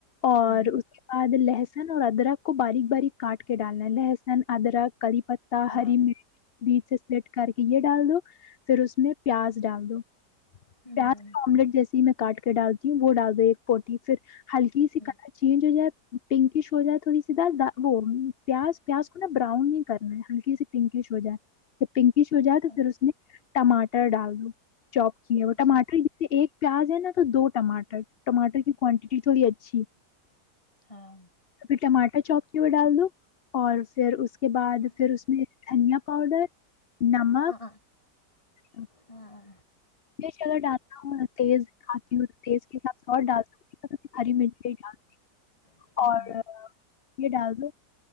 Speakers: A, on the left; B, on the left.
A: اور
B: ہوں
A: اس کے بعد ل لہسن اور ادرک کو باریک باریک کاٹ کے ڈالنا ہے لہس این ادرک کری پتتا
B: ہاں
A: ہری مرچ بیچ لٹ کر کے یہ ڈال دو پھر اس میں پیاز ڈال دو
B: ہوں
A: پیاز آملیٹ جیسے ہی میں کاٹ کے ڈالتی ہوں وہ ڈال دی ایک پوٹی پھر ہلکی سی
B: ہوں
A: کلر چینج ہو جائے پنکش ہو جائے تھوڑی سی دال وہ پیاز پیاز کو نا براؤن نہیں کرنا ہے ہلکی سی پنکش ہو جائے ج پنکش ہو جائے تو
B: اچھا
A: پھر اس میں ٹماٹر ڈال دو چاپ کی ہے وہ
B: اچھا
A: ٹماٹر ج سے ایک پیاز ہے نا تو دو ٹماٹر ٹماٹر کی کوانٹیٹی تھوڑی اچھی تو
B: ہاں
A: پھر ٹماٹر چوپ کی ہو ڈال دو اور پھر اس کے بعد
B: ہوں
A: پھر اس میں دھنیا پاؤڈر نمک
B: ہاں
A: ہ
B: ہاں ہاں
A: مرچ اگر ڈالتا ہوں میں تیز کھ ہوں تیز کے حساب سے اور ڈال ہری مرچ ڈالتی ہوں
B: ہوں
A: اور یہ ڈال دو